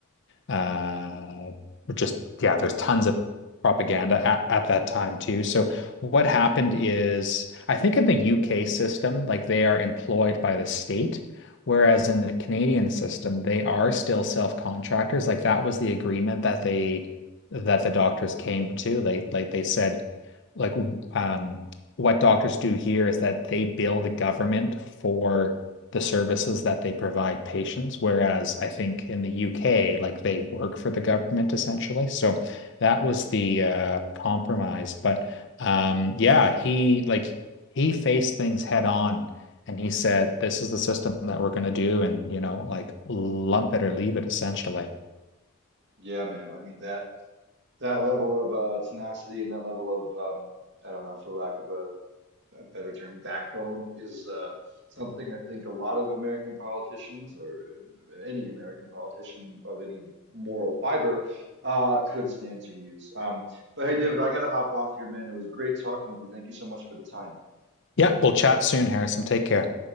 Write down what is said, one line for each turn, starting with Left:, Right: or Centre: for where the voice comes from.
Left: uh, just yeah, there's tons of propaganda at, at that time too. So what happened is I think in the UK system, like they are employed by the state, whereas in the Canadian system, they are still self-contractors. Like that was the agreement that they that the doctors came to. They like they said like um, what doctors do here is that they bill the government for the services that they provide patients, whereas I think in the UK, like they work for the government essentially. So that was the uh, compromise. But um, yeah, he like he faced things head on. And he said, "This is the system that we're going to do, and you know, like lump it or leave it, essentially."
Right: Yeah, man. I mean that that level of uh, tenacity and that level of um, I don't know, for lack of a a better term, backbone is uh, something I think a lot of American politicians or any American politician of any moral fiber uh, could stand to use. Um, but hey, David, I got to hop off here, man. It was great talking with you. Thank you so much for the time.
Left: Yeah, we'll chat soon, Harrison. Take care.